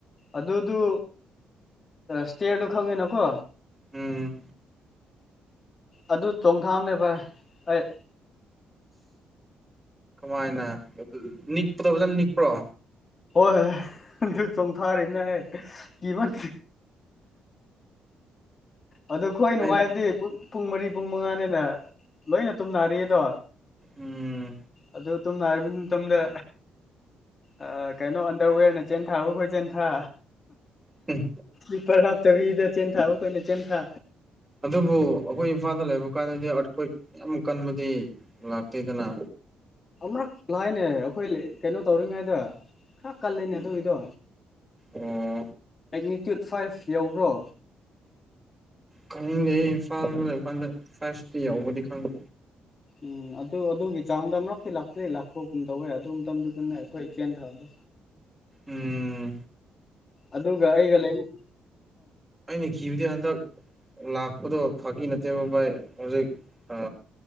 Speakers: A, on the left; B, on the right.
A: ꯑꯗꯨꯗꯨ ꯁꯇꯦꯔꯗꯨ ꯈꯪꯉꯤꯅꯀꯣ
B: ꯎꯝ
A: ꯑꯗꯨ ꯆꯣꯡꯊꯥꯝꯅꯦ ꯚꯥꯏ ꯑꯩ
B: ꯀꯃꯥꯏꯅ ꯅꯤꯛꯄꯗꯣ ꯐꯖꯅ ꯅꯤꯛꯄ꯭ꯔꯣ
A: ꯍꯣꯏꯣꯏ ꯑꯗꯨ ꯆꯣꯡꯊꯥꯔꯤꯕꯝꯅꯦ ꯀꯤ ꯃꯟ ꯑꯗꯨ ꯑꯩꯈꯣꯏ ꯅꯨꯡꯉꯥꯏꯕꯗꯤ
B: ꯑꯩ
A: ꯄꯨꯡ ꯃꯔꯤ ꯄꯨꯡ ꯃꯉꯥꯅꯤꯅ ꯂꯣꯏꯅ ꯇꯨꯝꯅꯔꯤ ꯑꯗꯣ
B: ꯎꯝ
A: ꯑꯗꯨ ꯇꯝꯅ ꯑꯔꯕꯤꯤꯟ ꯇꯗ ꯑ ꯀꯩꯅꯣ ꯑꯟꯗꯔꯋꯦꯔꯅ ꯆꯦꯟ ꯊꯥꯕꯈꯣꯏ ꯆꯦꯟ ꯊꯥ
B: ꯎꯝ
A: ꯁ꯭ꯄꯔ ꯍꯥ ꯕꯤꯗ ꯆꯦꯟꯊꯥ ꯑꯩꯈꯣꯏꯅ ꯆꯦꯟꯊꯥ
B: ꯑꯗꯨꯕꯨ ꯑꯩꯈꯣꯏ ꯏꯝꯐꯥꯜꯗ ꯂꯩꯕ ꯀꯥꯟꯗꯗꯤ ꯑꯠꯈꯣꯏ ꯌꯥꯝ ꯀꯟꯕꯗꯤ ꯂꯥꯛꯇꯦꯗꯅ
A: ꯑꯃꯨꯔꯛ ꯂꯥꯏꯅꯦ ꯑꯩꯈꯣꯏ ꯀꯩꯅꯣ ꯇꯧꯔꯤꯉꯩꯗ ꯈꯔ ꯀꯜꯂꯤꯦꯅꯦ ꯑꯗꯨꯒꯤꯗꯣ
B: ꯑꯣ
A: ꯃꯒꯅꯤꯇ꯭ꯌꯨꯠ ꯐꯥꯏꯚ ꯌꯎꯕ꯭ꯔꯣ
B: ꯈꯪꯅꯤꯡꯗꯦ ꯑꯩ ꯏꯝꯐꯥꯜ ꯂꯩ ꯀꯥꯟꯗ ꯐꯥꯏꯚꯇꯤ ꯌꯥꯎꯕꯗꯤ ꯈꯪꯗꯦ
A: ꯎꯝ ꯑꯗꯨ ꯑꯗꯨꯒꯤ ꯆꯥꯡꯗ ꯑꯃꯨꯛꯇꯤ ꯂꯥꯛꯇꯦ ꯂꯥꯛꯄ ꯀꯨꯝ ꯇꯧꯋꯦ ꯑꯗꯨ ꯃꯇꯝꯗꯨꯗꯅꯦ ꯑꯩꯈꯣꯏ ꯆꯦꯟꯈ꯭ꯔꯗꯣ
B: ꯎꯝ
A: ꯑꯗꯨꯒ ꯑꯩꯒ ꯂꯩꯅ
B: ꯑꯅꯤ ꯀꯕꯗꯤ ꯑꯟꯗ ꯂꯥꯛꯄꯗꯣ ꯐꯥꯒꯤ ꯅꯠꯇꯦꯕ ꯕꯥꯚꯥꯏ ꯍꯧꯖꯤꯛ ꯑ